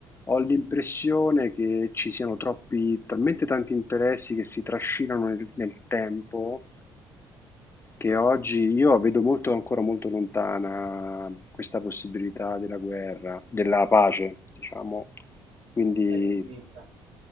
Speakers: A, on the left (about 25°); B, on the right (about 80°).
A: ho l'impressione che ci siano troppi, talmente tanti interessi che si trascinano nel, nel tempo che oggi io vedo molto, ancora molto lontana questa possibilità della guerra, della pace, diciamo. Quindi
B: Non sei ottimista.